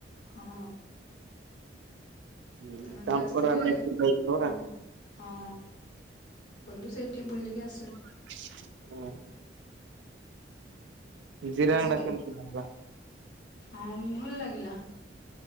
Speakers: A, on the left; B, on the right.
A: ହଁ।
B: ହୁଁ
A: ତମେ
B: ତାମ୍ପରା
A: ଟିକେ ଆସିଥିଲେ
B: ଲାଇଫ ଯାଇଥିଲ ପରା।
A: ଭଲ ହଁ। ଗଲୁ ସେଇଠି ବୁଲିକି ଆସ୍
B: ହ। ଜିରାଙ୍ଗଡା
A: ଆ ସେ ଗୀ
B: କେମିତି ଲାଗିଲା?
A: ହଁ ଭଲ ଲାଗିଲା।